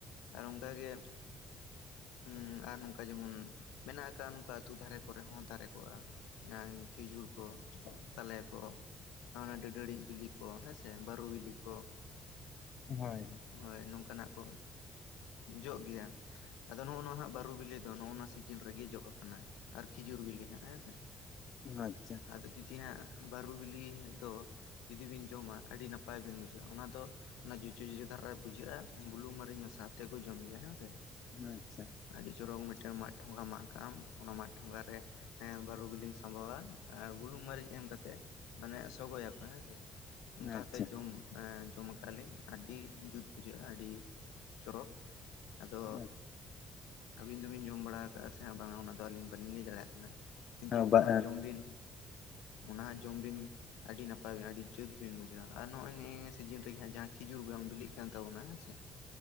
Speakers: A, on the left; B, on the left.
A: ᱟᱨ ᱚᱱᱠᱟ ᱜᱮ ᱦᱩᱸ ᱟᱨ ᱱᱚᱝᱠᱟ ᱡᱮᱢᱚᱱ ᱢᱮᱱᱟᱜ ᱟᱠᱟᱫ ᱱᱚᱝᱠᱟ ᱟᱹᱛᱩ ᱫᱷᱟᱨᱮᱼᱼ ᱠᱚᱨᱮ ᱦᱚᱸ ᱫᱟᱨᱮ ᱠᱚᱜᱼᱟ ᱡᱟᱦᱟᱸ ᱠᱷᱤᱡᱩᱨ, ᱠᱚ ᱛᱟᱞᱮ, ᱠᱚ ᱚᱱᱟ ᱰᱟᱹᱰᱟᱹᱲᱤ ᱵᱤᱞᱤ ᱠᱚ ᱦᱮᱸ ᱥᱮ ᱵᱟᱹᱨᱩ ᱵᱤᱞᱤ ᱠᱚ
B: ᱦᱳᱭ
A: ᱦᱳᱭ ᱱᱚᱝᱠᱟᱱᱟᱜ ᱠᱚ ᱡᱚᱜ ᱜᱮᱭᱟ ᱟᱫᱚ ᱱᱚᱜᱼᱚ ᱱᱟ ᱦᱟᱜ ᱵᱟᱹᱨᱩ ᱵᱤᱞᱤ ᱫᱚ ᱱᱚᱜᱼ ᱱᱚᱣᱟ ᱥᱤᱡᱤᱱ ᱨᱮᱜᱮ ᱡᱚᱜ ᱟᱠᱟᱱᱟ ᱟᱨ ᱠᱷᱤᱡᱩᱨ ᱵᱤᱞᱤ ᱦᱟᱸᱜ ᱦᱮᱸ ᱥᱮ᱾
B: ᱟᱪᱪᱷᱟ᱾
A: ᱟᱫᱚ ᱡᱩᱫᱤ ᱦᱟᱸᱜ ᱵᱟᱹᱨᱩ ᱵᱤᱞᱤ ᱫᱚ ᱡᱩᱫᱤ ᱵᱤᱱ ᱡᱚᱢᱟ ᱟᱹᱰᱤ ᱱᱟᱯᱟᱭ ᱵᱤᱱ ᱵᱩᱡᱷᱣᱟ ᱚᱱᱟ ᱫᱚᱼᱼ ᱚᱱᱟ ᱡᱚᱡᱚ ᱡᱚᱡᱚ ᱫᱷᱟᱨᱟ ᱵᱩᱡᱷᱟᱹᱜᱼᱟ ᱵᱩᱞᱩᱝ ᱢᱟᱨᱤᱧ ᱢᱮᱥᱟ ᱛᱮ ᱠᱚ ᱡᱚᱢ ᱜᱮᱭᱟ ᱦᱮᱸ ᱥᱮ
B: ᱟᱪᱪᱷᱟ᱾
A: ᱟᱹᱰᱤ ᱪᱚᱨᱚᱠ ᱢᱤᱫᱴᱮᱱ ᱢᱟᱫ ᱴᱷᱚᱸᱜᱟ ᱢᱟᱜ ᱠᱟᱜ ᱟᱢ, ᱚᱱᱟ ᱢᱟᱜ ᱴᱷᱚᱸᱜᱟ ᱨᱮ ᱵᱟᱹᱨᱩ ᱵᱤᱞᱤᱢ ᱥᱟᱸᱵᱟᱣᱟ ᱟᱨ ᱵᱩᱞᱩᱝ ᱢᱟᱹᱨᱤᱪ ᱮᱢ ᱠᱟᱛᱮᱜᱼᱼ ᱢᱟᱱᱮ ᱥᱚᱜᱚᱭ ᱟᱠᱚ ᱦᱮᱸᱥᱮ ᱚᱱᱠᱟᱛᱮ
B: ᱟᱪᱪᱷᱟ
A: ᱡᱚᱢ ᱡᱚᱢ ᱟᱠᱟᱜ ᱞᱤᱧ ᱟᱹᱰᱤ ᱡᱩᱛ ᱵᱩᱡᱷᱟᱹᱜᱼᱟ ᱟᱹᱰᱤ ᱪᱚᱨᱚᱠ ᱟᱫᱚ
B: ᱦᱳᱭ
A: ᱟᱹᱵᱤᱱ ᱫᱚᱵᱤᱱ ᱡᱚᱢ ᱵᱟᱲᱟ ᱟᱠᱟᱜᱼᱟ ᱥᱮ ᱵᱟᱝᱟ ᱚᱱᱟᱫᱚ ᱟᱹᱞᱤᱧ ᱵᱟᱹᱞᱤᱧ ᱞᱟᱹᱭ ᱫᱟᱲᱮᱭᱟᱜ ᱠᱟᱱᱟ᱾ ᱠᱤᱱᱛᱩ
B: ᱦᱳᱭ
A: ᱚᱱᱟ ᱡᱚᱢ ᱵᱤᱱ ᱚᱱᱟ ᱡᱚᱢ ᱵᱤᱱ ᱟᱹᱰᱤ ᱱᱟᱯᱟᱭ ᱵᱤᱱ ᱟᱹᱰᱤ ᱡᱩᱛ ᱵᱤᱱ ᱵᱩᱡᱷᱟᱹᱣᱼᱟ ᱟᱨ ᱱᱚᱜᱼᱚᱭ ᱱᱮᱜ ᱱᱤᱭᱟᱹ ᱥᱤᱡᱤᱱ ᱨᱮᱜᱮ ᱦᱟᱜ ᱡᱟᱦᱟᱸ ᱠᱷᱤᱡᱩᱨ ᱵᱟᱝ ᱵᱤᱞᱤᱜ ᱠᱟᱱ ᱛᱟᱵᱚᱱᱟ ᱦᱮᱸ ᱥᱮ